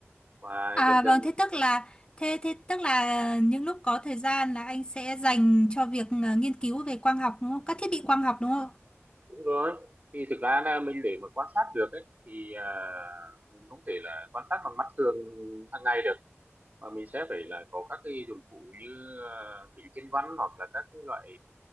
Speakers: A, on the right; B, on the left.
A: và
B: À
A: dần dần
B: vâng, thế tức là thế thế tức là ờ, những lúc có thời gian là anh sẽ dành cho việc ờ, nghiên cứu về quang học đúng không? Các thiết bị quang học đúng không?
A: Đúng rồi thì thực ra là mình để mà quan sát được ấy thì à, mình không thể là quan sát bằng mắt thường hàng ngày được mà mình sẽ phải là có các cái dụng cụ như uh, kính thiên văn hoặc là các cái loại